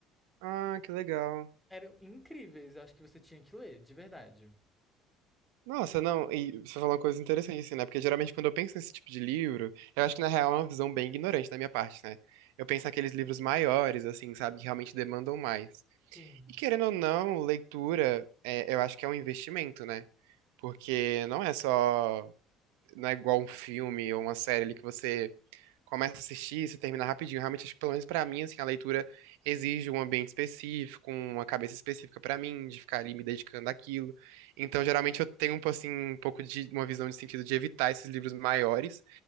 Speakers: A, on the right (about 80°); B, in the centre.
A: Ah, que legal.
B: Eram incríveis, acho que você tinha que ler, de verdade.
A: Nossa, não, e você falou uma coisa interessante, assim, né? Porque geralmente quando eu penso nesse tipo de livro, eu acho que na real é uma visão bem ignorante da minha parte, né? Eu penso naqueles livros maiores, assim, sabe, que realmente demandam mais.
B: Sim.
A: E querendo ou não, leitura, é, eu acho que é um investimento, né? Porque não é só, não é igual um filme ou uma série ali que você começa a assistir, se termina rapidinho. Realmente, acho que pelo menos pra mim, assim, a leitura exige um ambiente específico, uma cabeça específica pra mim, de ficar ali me dedicando àquilo. Então, geralmente eu tenho um po- assim um pouco de uma visão de sentido de evitar esses livros maiores